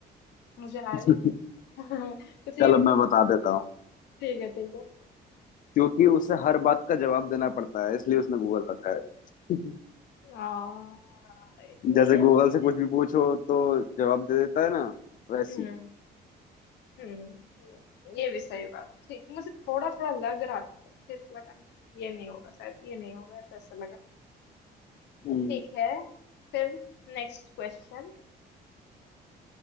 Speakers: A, on the left; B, on the left.
A: मुझे आए
B: <laughs>
A: <laughs> कुछ हिंट
B: चलो मैं बता देता हूँ
A: ठीक है ठीक है
B: क्योंकि उसे हर बात का जवाब देना पड़ता है इसलिए उसने गूगल रखा है <laughs>
A: आ, ये
B: जैसे गूगल
A: मुझे
B: से कुछ भी पूछो तो जवाब दे देता है ना वैसी
A: हम्म हम्म ये भी सही बात ठीक मुझे थोड़ा थोड़ा लग रहा था पर फिर लगा नहीं ये नहीं होगा शायद ये नहीं होगा ऐसा ऐसा लगा
B: हम्म
A: ठीक है फिर Next question